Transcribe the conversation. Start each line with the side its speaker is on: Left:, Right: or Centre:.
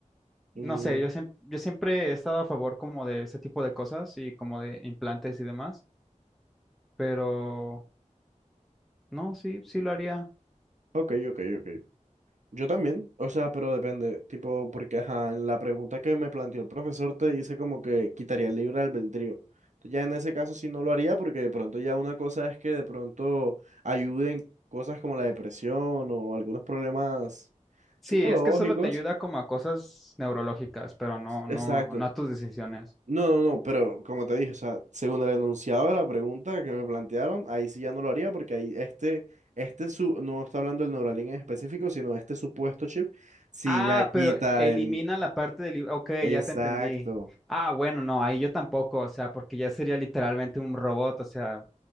Centre: No
Right: Mm,
Centre: sé, yo, siem- yo siempre he estado a favor como de ese tipo de cosas y como de implantes y demás, pero no, sí, sí lo haría.
Right: ok, ok, ok. Yo también, o sea, pero depende, tipo, porque ajá, en la pregunta que me planteó el profesor te dice como que quitaría el libre albedrío. Entonces, Ya en ese caso sí no lo haría porque de pronto ya una cosa es que de pronto ayuden cosas como la depresión o algunos problemas
Centre: Sí,
Right: psicológicos.
Centre: es que solo te ayuda como a cosas neurológicas, pero no,
Right: Exacto.
Centre: no, no a tus decisiones.
Right: No, no, no, pero como te dije, o sea, según el enunciado de la pregunta que me plantearon, ahí sí ya no lo haría porque ahí este, este su, no está hablando del Neuralink en específico, sino este supuesto chip, sí
Centre: Ah,
Right: ya quita
Centre: pero elimina
Right: el...
Centre: la parte del libro. Ok,
Right: Exacto,
Centre: ya te entendí. Ah, bueno, no, ahí yo tampoco, o sea, porque ya sería literalmente un robot, o sea,